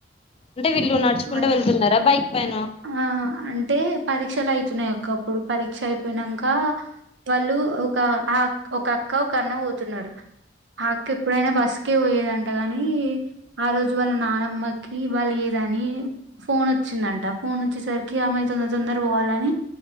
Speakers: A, on the left; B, on the right.
A: అంటే వీళ్ళు నడుచుకుంటే
B: అట్-
A: వెళ్తున్నారా బైక్ పైన
B: ఆ అంటే పరీక్షలు అయితున్నాయి అక్కా అప్పుడు పరీక్ష అయిపోయినాకా వాళ్ళు ఒక ఆ ఒక అక్క ఒక అన్న పోతున్నారు ఆ అక్క ఇప్పుడైనా బస్సు కె పోయేటోళ్లంట కాగాని ఆ రోజు వాళ్ళ నానమ్మకి వాళ్ళు ఏ ద అని ఫోన్ వచ్చిందంట ఫోన్ వచ్చేసరికి ఆమె తొందర తొందర పోవాలని